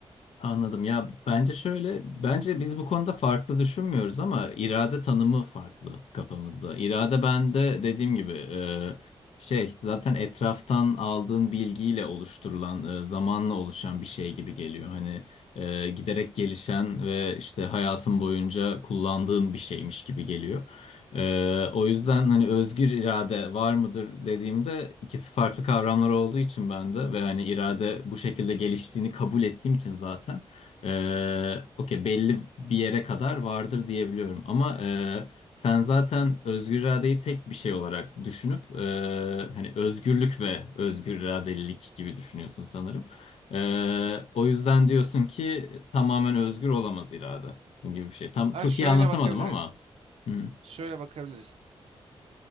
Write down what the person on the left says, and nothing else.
Anladım. Ya bence şöyle, bence biz bu konuda farklı düşünmüyoruz ama irade tanımı farklı kafamızda. İrade bende dediğim gibi e, şey zaten etraftan aldığın bilgiyle oluşturulan, e, zamanla oluşan bir şey gibi geliyor. Hani e, giderek gelişen ve işte hayatın boyunca kullandığın bir şeymiş gibi geliyor. Ee, o yüzden hani özgür irade var mıdır dediğimde ikisi farklı kavramlar olduğu için ben de ve hani irade bu şekilde geliştiğini kabul ettiğim için zaten ee, okey belli bir yere kadar vardır diyebiliyorum. Ama ee, sen zaten özgür iradeyi tek bir şey olarak düşünüp ee, hani özgürlük ve özgür iradelilik gibi düşünüyorsun sanırım. Ee, o yüzden diyorsun ki tamamen özgür olamaz irade. Bunun gibi bir şey. Tam
çok
iyi anlatamadım
ama. Hı.